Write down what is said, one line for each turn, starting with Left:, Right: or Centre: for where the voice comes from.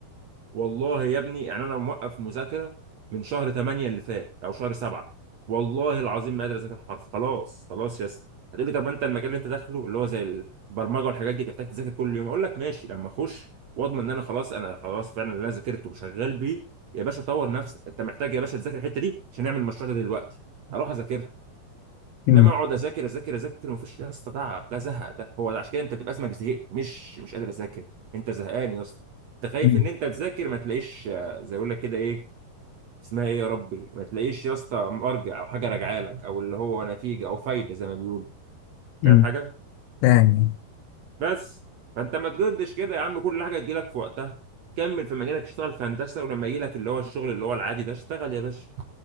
Right: والله يا ابني يعني انا موقف مذاكره من شهر 8 اللي فات او شهر 7 والله العظيم ما قادر اذاكر حرف خلاص خلاص يا اسطى هتقول لي طب انت المجال اللي انت داخله اللي هو زي البرمجه والحاجات دي بتحتاج تذاكر كل يوم اقول لك ماشي لما اخش واضمن ان انا خلاص انا خلاص فعلا اللي انا ذاكرته وشغال بيه يا باشا طور نفسك انت محتاج يا باشا تذاكر الحته دي عشان نعمل المشروع ده دلوقتي هروح اذاكرها
Left: مم،
Right: انما اقعد اذاكر اذاكر اذاكر ومفيش يا اسطى تعب ده زهق ده هو ده عشان كده انت بتبقى اسمك زهقت مش مش قادر اذاكر انت زهقان يا اسطى انت خايف
Left: مم،
Right: ان انت تذاكر ما تلاقيش آه، زي يقول لك كده ايه اسمها ايه يا ربي ما تلاقيش يا اسطى مرجع او حاجه راجعه لك او اللي هو نتيجه او فايده زي ما بيقولوا
Left: مم،
Right: فاهم حاجه
Left: فاهم
Right: بس فانت ما تجدش كده يا عم كل حاجه تجيلك في وقتها كمل في مجالك اشتغل في هندسه ولما يجيلك اللي هو الشغل اللي هو العادي ده اشتغل يا باشا